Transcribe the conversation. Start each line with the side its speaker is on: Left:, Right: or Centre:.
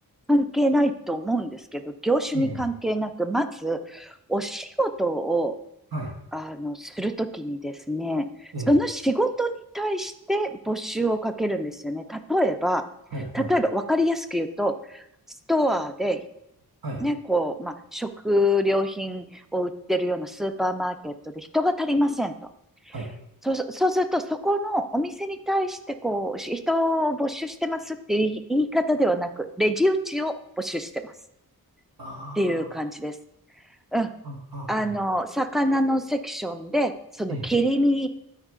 Centre: 関係ないと思うんですけど、業種に関係なく、
Right: ええ。
Centre: まず、お仕事を、
Right: はい。
Centre: あの、するときにですね、
Right: ええ。
Centre: その仕事に対して募集をかけるんですよね。例えば、
Right: はい。はい。
Centre: 例えば、わかりやすく言うと、ストアで
Right: はい。
Centre: ね、こう、まあ、食料品を売ってるようなスーパーマーケットで人が足りませんと。
Right: はい。
Centre: そうす、そうすると、そこのお店に対して、こう、人を募集してますっていう言い方ではなく、レジ打ちを募集してます
Right: あ
Centre: っていう感じです。うん。
Right: あ、あ、
Centre: あの、
Right: あ、あ、
Centre: 魚のセクションで、その切り身
Right: ええ。